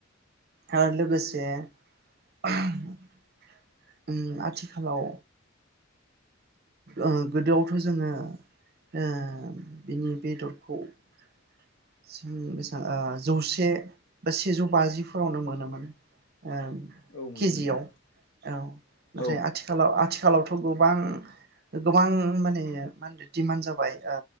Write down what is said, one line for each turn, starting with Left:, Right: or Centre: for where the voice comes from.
Right: आरो लोगोसे <unintelligible> ओम आथिखालाव ओ गोदोआवथ' जोङो ओ बिनि बेदरखौ जों <unintelligible> ओ जौसे बा सेजौ बाजिफोरावनो मोनोमोन ओं
Left: औ मोनगोन
Right: केजियाव
Left: नोंथां
Right: औ नाथाय
Left: औ
Right: आथिखालाव आथि आथिखालावथ' गोबां गोबां माने मा होनो दिडमान्ड जाबाय ओ